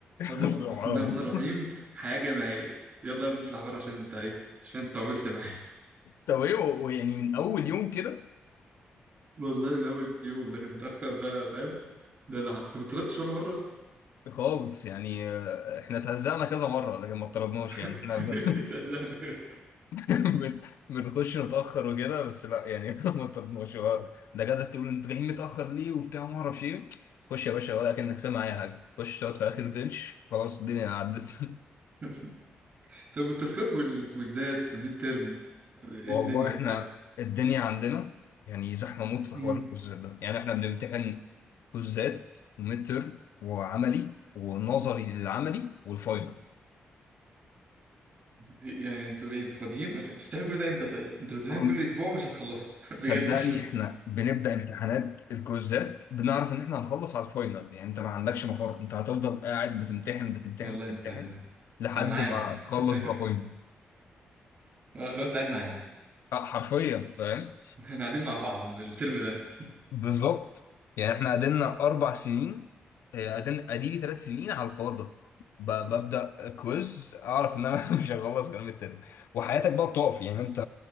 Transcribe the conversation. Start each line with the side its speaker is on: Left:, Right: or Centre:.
Right: اول موقف
Left: بس معاهم
Right: بسم الله الرحمن الرحيم حياه جماعيه يلا يا ابني اطلع بره عشان انت ايه عشان انت طولت معانا
Left: طب ايه و- ويعني من اول يوم كده
Right: <laughs> والله من اول يوم داخل متاخر ده فاهم ده اللي حصل انت ما طردتش ولا مره
Left: خالص يعني آه، احنا اتهزقنا كذا مره لكن ما اطردناش يعني
Right: <laughs>
Left: احنا بن... <laughs>
Right: تسلم لك
Left: بن- بنخش نتاخر وكده بس لا يعني <laughs> ما اطردناش هو الدكاتره تقول انتوا جايين متاخر ليه وبتاع ما اعرفش ايه خش يا باشا ولا كانك سامع اي حاجه خش اقعد في اخر بنش خلاص الدنيا عدت <laughs>
Right: <laughs> طب والتاسكات والكويزات والميد تيرم ايه
Left: والله
Right: الدنيا
Left: احنا
Right: وبتاع
Left: الدنيا عندنا يعني زحمه موت في
Right: امم
Left: حوار الكوزات ده يعني احنا بنمتحن كوزات ميد ترم وعملي ونظري للعملي والفاينل
Right: يعني انتوا ايه فاضيين ولا بتشتغلوا كل ده امتى طيب انتوا لو بتمتحنوا
Left: عم-
Right: كل اسبوع مش هتخلصوا <laughs> بجد
Left: صدقني احنا بنبدا امتحانات الكوزات بنعرف ان احنا هنخلص على الفاينل يعني انت ما عندكش مفر انت هتفضل قاعد بتمتحن
Right: <laughs>
Left: بتمتحن
Right: والله
Left: بتمتحن
Right: انت
Left: لحد
Right: انت معانا
Left: ما تخلص
Right: <laughs> فاهم
Left: بقى فاينل
Right: آه، لو انت قاعد معانا
Left: اه حرفيا فاهم
Right: احنا قاعدين مع بعض من الترم ده
Left: بالظبط يعني احنا قعدنا اربع سنين آه، قعدنا اديلي ثلاث سنين على الحوار ده ب- ببدا كويز اعرف ان انا <laughs> مش هخلص غير من الترم وحياتك بقى بتقف يعني انت